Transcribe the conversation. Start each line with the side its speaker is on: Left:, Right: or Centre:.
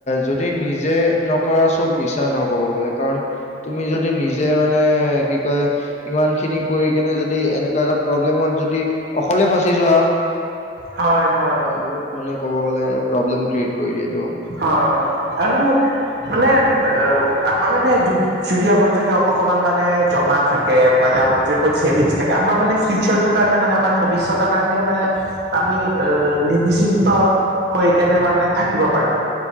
Left: যদি নিজে নকৰা চব মিছা নকব গলে কাৰণ। তুমি যদি নিজে মানে কি কয়। ইমান খিনি কৰি কিনে যদি এনেকুৱা এটা প্ৰব্লেমত যদি অকলে ফঁচি যোৱা।
Right: হয় হয়।
Left: বহুত মানে ক'ব গ'লে প্ৰব্লেম ক্ৰিয়েট কৰি দিয়েতটো।
Right: হয় আৰু মানে আমাৰ মানে। যদি আমাৰ যদি অকমান মানে জমা থাকে, মানে আমাৰ যদি অছেভিং থাকে আমাৰ মানে। সেইটো কাৰণে মানে আমাৰ ভৱিষ্যতৰ কাৰণেও মানে। আমি আহ নিবি্চিন্ত হৈ কেনে মানে থাকিব পাৰো।